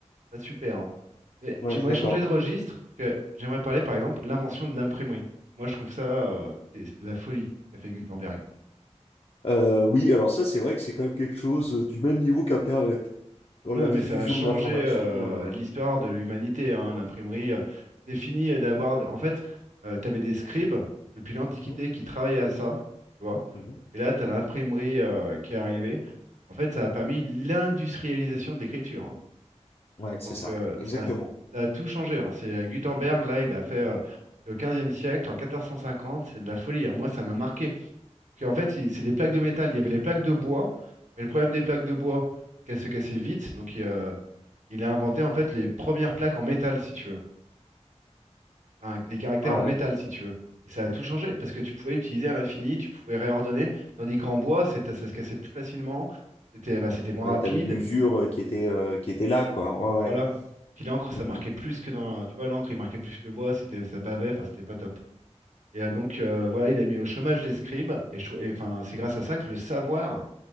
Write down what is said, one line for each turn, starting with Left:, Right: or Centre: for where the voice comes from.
Right: Ah, super. hein. Mais
Left: Ouais,
Right: j'aimerais
Left: d'accord.
Right: changer de registre. parce Que j'aimerais parler, par exemple, l'invention de l'imprimerie. Moi, je trouve ça, euh, c'est c'est de la folie, ce qu'a fait Gutenberg.
Left: Euh, oui, alors ça, c'est vrai que c'est quand même quelque chose euh, du même niveau qu'Internet, dans
Right: Ouais,
Left: la
Right: non,
Left: diffusion
Right: mais ça a changé
Left: de l'information.
Right: euh,
Left: euh,
Right: l'histoire de l'humanité, hein, l'imprimerie. euh, C'est fini euh, d'avoir. En fait, tu avais des scribes depuis l'Antiquité
Left: mhm,
Right: qui travaillaient à ça, tu vois.
Left: mhm.
Right: Et là, tu as l'imprimerie euh, qui est arrivée. En fait, ça a permis l'industrialisation de l'écriture. hein.
Left: Ouais, c'est
Right: Donc
Left: ça,
Right: euh,
Left: exactement.
Right: ça, a ça a tout changé. hein. C'est euh, Gutenberg,
Left: Mhm.
Right: là, il a fait euh, c'est au 15 siècle, en 1450, c'est de la folie. hein. Moi, ça m'a marqué. Parce qu'en fait, il- c'est des plaques de métal. Il y avait les plaques de bois, mais le problème des plaques de bois, c'est qu'elles se cassaient vite. Donc il, euh, il a inventé en fait les premières plaques en métal, si tu veux. Enfin, les caractères
Left: Ah
Right: en métal,
Left: ouais,
Right: si tu veux. Et ça a tout changé parce que tu pouvais l'utiliser à l'infini, tu pouvais réordonner, tandis qu'en bois, c'est- ça se cassait plus facilement, c'était bah, c'était moins
Left: ouais,
Right: rapide.
Left: t'avais l'usure euh, qui était, euh, qui était là, quoi.
Right: Voilà.
Left: Ouais,
Right: Puis l'encre,
Left: ouais.
Right: ça marquait
Left: Mhm.
Right: plus que dans. Tu vois, l'encre, il marquait plus le bois, c'était, ça bavait, enfin, c'était pas top. Et euh, donc, euh, voilà, il a mis au chômage les scribes, et, je trou- et, enfin, c'est grâce à ça que le savoir,